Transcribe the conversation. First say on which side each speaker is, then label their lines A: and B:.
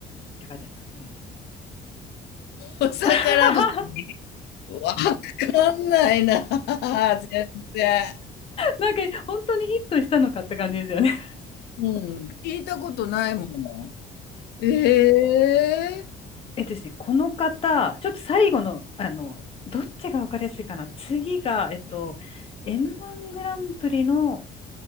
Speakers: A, on the left; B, on the left.
A: て書いてありますね。
B: お魚不足
A: <laughs>
B: わかんないな。<laughs> 全然。
A: なんか本当にヒットしたのかって感じですよね。
B: うん、聞いたことないもん。ええ
A: <laughs> えっとですね、この方、ちょっと最後の、あの、どっちが分かりやすいかな。次が、えっと、M1 グランプリの